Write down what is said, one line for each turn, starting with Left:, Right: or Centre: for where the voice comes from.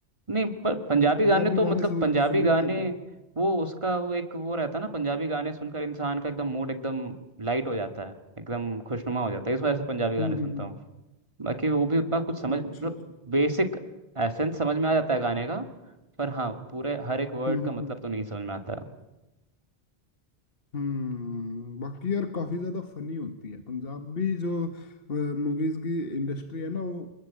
Right: नहीं पर पंजाबी
Left: पंजाबी
Right: गाने तो मतलब
Left: गाने सुन,
Right: पंजाबी
Left: सुन
Right: गाने
Left: लेते हो तो
Right: वो उसका वो एक वो रहता है ना पंजाबी गाने सुनकर इंसान का एकदम मूड एकदम लाइट हो जाता है एकदम खुशनुमा हो जाता है इस वजह से पंजाबी गाने
Left: हम्म हम्म
Right: सुनता
Left: हम्म
Right: हूँ बाकी वो भी उतना कुछ समझ
Left: अच्छा
Right: मतलब
Left: अच्छा
Right: बेसिक एसेंस समझ में आ जाता है गाने का पर हाँ पूरे हर एक वर्ड
Left: हम्म हम्म
Right: का मतलब
Left: हम्म।
Right: तो नहीं समझ में आता
Left: हम्म बाकी यार काफी ज्यादा फनी होती है पंजाबी जो मूवीज की इंडस्ट्री है ना वो